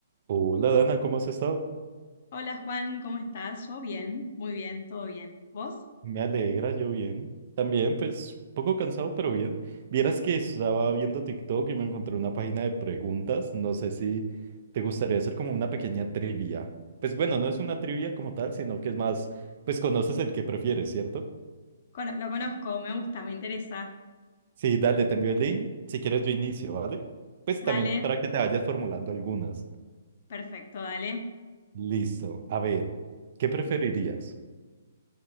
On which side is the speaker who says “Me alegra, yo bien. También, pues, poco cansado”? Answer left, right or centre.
Right